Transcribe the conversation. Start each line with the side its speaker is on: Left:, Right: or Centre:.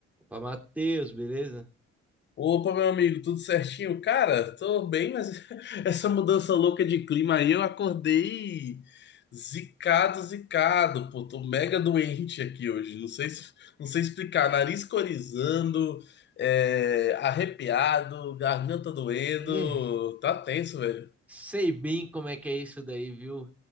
Centre: Pra Matheus, beleza?
Left: Opa, meu amigo, tudo certinho? Cara, tô bem, mas <laughs> essa mudança louca de clima aí, eu acordei zicado, zicado, pô, tô mega doente aqui hoje, não sei, se- não sei explicar, nariz corizando, é, arrepiado, garganta doendo,
Centre: É,
Left: tá tenso, velho.
Centre: sei bem como é que é isso daí, viu?